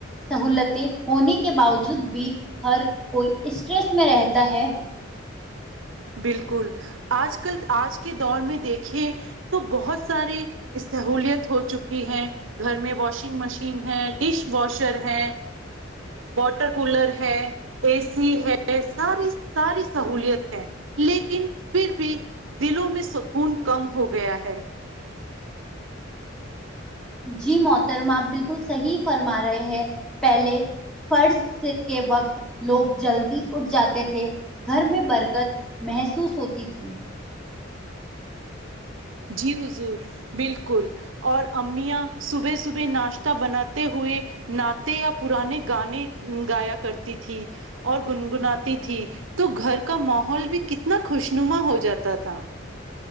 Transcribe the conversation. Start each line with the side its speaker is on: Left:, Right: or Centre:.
Centre: سہولتیں ہونے کے باوجود بھی ہر کوئی اسٹریس میں رہتا ہے
Right: بالکل آج کل آج کے دور میں دیکھیں تو بہت ساری سہلیت ہو چکی ہے گھر میں واشنگ مشین ہے ڈش واشر ہے واٹر کولر ہے اے سی ہے ساری ساری سہولیت ہے لیکن پھر بھی دلوں میں سکون کم ہو گیا ہے
Centre: جی محترم آپ بالکل صحیح فرما رہے ہیں پہلے فرض کے وقت لوگ جلدی اٹھ جاتے تھے گھر میں برکت محسوس ہوتی تھی
Right: جی حضور بالکل اور امیا صبح صبح ناشتہ بناتے ہوئے نااتے یا پرانے گانے گایا کرتی تھی اور گنگناتی تھی تو گھر کا ماحول بھی کتنا خوشنما ہو جاتا تھا